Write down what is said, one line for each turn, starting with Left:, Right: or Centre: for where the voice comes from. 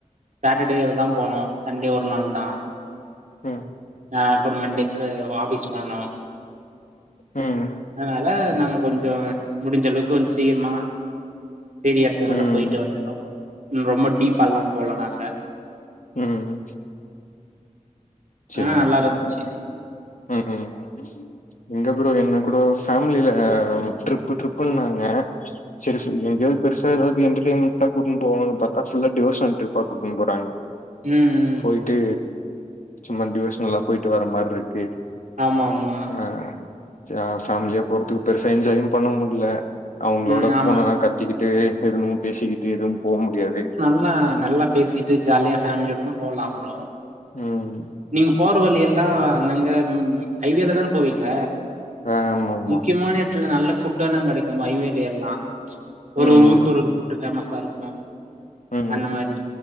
Right: சாட்டர்டேவே தான் போனோம் சண்டே ஒரு நாள் தான்
Left: ம்
Right: அ அப்புறோம் மண்டேக்கு ஆபீஸ் போணோம்
Left: ம்
Right: அதனால நாங்க கொஞ்சோம் முடிஞ்ச அளவுக்கு கொஞ்சோம் சீக்ரமா பெரிய எடத்துங்கு மட்டும்
Left: ம்
Right: போயிட்டு வந்துட்டோம் ரொம்ப டீப்பா எல்லாம் போல நாங்க
Left: ம் சேரி
Right: ஆனா நல்லா
Left: சேரி
Right: இருந்துச்சு
Left: ம் ம் இங்க ஃப்ரோ என்ன கூட ஃபேமிலில ட்ரிப்பு டரிப் ப்புனாங்க சேரி சேரி எங்கயாது பெருசா ஏதாவது என்டர்டெய்மெண்டா கூட்டினு போவாங்க பாத்தா ஃபுல்லா டிவோஸன் ட்ரிப்பா கூப்டுனு போற
Right: ம் ம்
Left: போயிட்டு சும்மா டிவசனல்லா போயிட்டு வர மாரி இருக்கு
Right: ஆமா ஆமா
Left: ஆ ஃபேமிலியா போறதுக்கு பெருசா என்ஜாயும் பண்ண முடில அவுங்களோட
Right: ம் ஆமா
Left: போனல்லாம் கத்திக்கிட்டு எதுவும் பேசிக்கிட்டு எதுவும் போ முடியாது
Right: எல்லாம் நல்லா பேசிட்டு ஜாலியா ஃபேமிலியோட போகலாம் ப்ரோ
Left: ம்
Right: நீங்க போற வழி எல்லாம் அங்கங்க ஹைவேல தான போவீங்க
Left: ஆமா ஆமா
Right: முக்கியமான இடத்துல நல்ல ஃபுட்ட எல்லாம் கடைக்கும் பைவேல எல்லாம் ஒரு
Left: ம்
Right: ஒரு ஊருக்கு ஒரு ஒரு ஃபுட்டு ஃபேமஸா இருக்கும்
Left: ம்
Right: அந்த மாரி